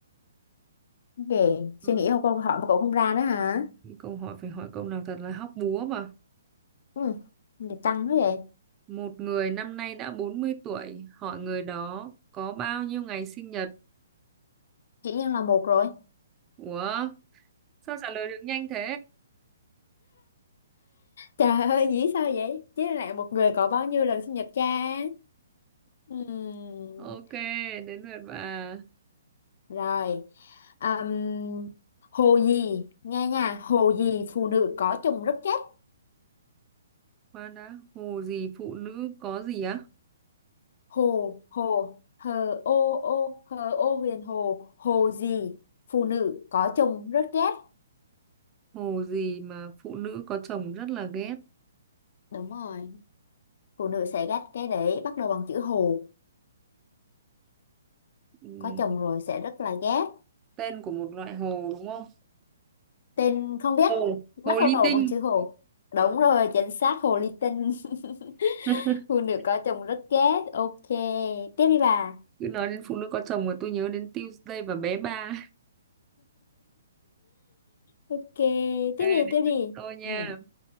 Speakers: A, on the left; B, on the right.
A: để suy
B: ừm,
A: nghĩ không câu hỏi mà cậu không ra nữa hả
B: ừm, câu hỏi phải hỏi câu nào thật là hóc búa mà
A: Ừ, vậy tăng thế vậy.
B: một người năm nay đã bốn mươi tuổi hỏi người đó có bao nhiêu ngày sinh nhật
A: Dĩ nhiên là một rồi.
B: ủa sao trả lời được nhanh thế
A: Trời ơi, dĩ sao vậy? Chứ lại một người có bao nhiêu lần sinh nhật cha? Ừm,
B: ok đến lượt bà
A: Rồi. Ừm, hồ gì? Nghe nha, hồ gì phụ nữ có chồng rất chết?
B: Khoan đã, hồ gì phụ nữ có gì á?
A: Hồ, hồ, hờ ô ô, hờ ô huyền hồ, hồ gì? Phụ nữ có chồng rất ghét.
B: Hồ gì mà phụ nữ có chồng rất là ghét?
A: Đúng rồi, phụ nữ sẽ ghét cái đấy bắt đầu bằng chữ hồ.
B: Ừm,
A: Có chồng rồi sẽ rất là ghét.
B: Tên của một loại hồ đúng không?
A: Tên không biết,
B: Hồ.
A: bắt
B: Hồ ly
A: đầu
B: tinh.
A: bằng chữ hồ. Đúng rồi, chính xác hồ ly tinh.
B: <laughs>
A: <laughs> Phụ nữ có chồng rất ghét. Ok, tiếp đi bà.
B: Cứ nói đến phụ nữ có chồng mà tôi nhớ đến Tuesday và bé ba.
A: Ok,
B: Ok,
A: tiếp
B: đến
A: đi, tiếp đi.
B: lượt tôi nha.
A: Ừ,